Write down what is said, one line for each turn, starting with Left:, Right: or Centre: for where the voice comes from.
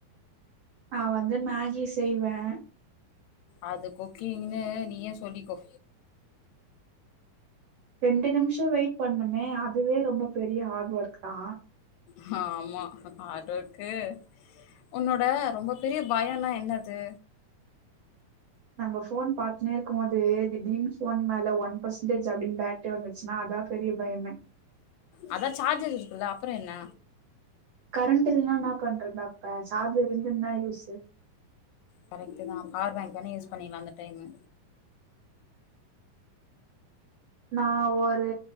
Right: நா வந்து மேகி செய்வே
Left: அது குக்கிங்ன்னு நீயே சொல்லிக்கோ
Right: ரெண்டு நிம்ஷ வெயிட் பண்ணுமே அதுவே ரொம்ப பெரிய ஹார்ட் ஒர்க் தா
Left: ஹ ஆமா ஹாட் ஒர்க்கு உன்னோட ரொம்ப பெரிய பயம்னா என்னது
Right: நம்ம போன் பாத்துனே இருக்கும் போது திடீர் போன் மேல ஒன் பெர்சன்டேஜ் அப்டின் பேட் ட்டு வந்துச்சுன்னா அதா பெரிய பயமே
Left: அதா சார்ஜஸ் இருக்குல்ல அப்பறோ என்ன
Right: கரண்ட் இல்னா ன்னா பண்றதுா அப்ப சார்ஜர் இருந்துன்னா யூஸு
Left: கரெக்டு தா பவர் பேங்க் வேனே யூஸ் பண்ணிக்கலா அந்த டைமு
Right: நா ஒரு